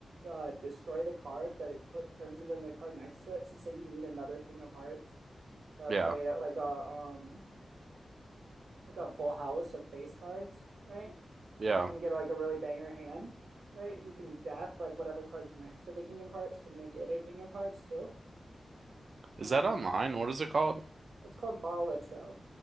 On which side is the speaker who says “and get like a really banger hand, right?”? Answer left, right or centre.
Right